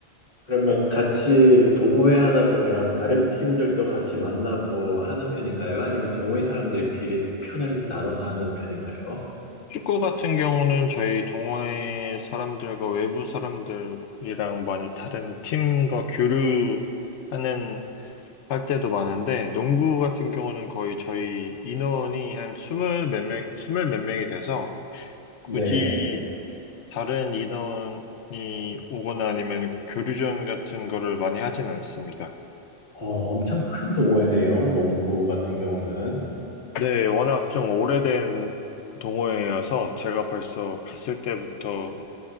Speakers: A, on the left (about 50°); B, on the left (about 80°).
A: 그러면 같이 동호회 하다 보면 다른 팀들도 같이 만나고 하는 편인가요? 아니면 동호회 사람들끼리 편을 나눠서 하는 편인가요?
B: 축구 같은 경우는 저희 동호회 사람들과 외부 사람들이랑 많이 다른 팀과 교류하는 할 때도 많은데, 농구 같은 경우는 거의 저희 인원이 한 스물 몇 명, 스물 몇 명이 돼서 굳이
A: 네.
B: 다른 인원이 오거나 아니면 교류전 같은 거를 많이 하진 않습니다.
A: 어, 엄청 큰 동호회네요. 농구 같은 경우는.
B: 네, 워낙 좀 오래된 동호회여서 제가 벌써 갔을 때부터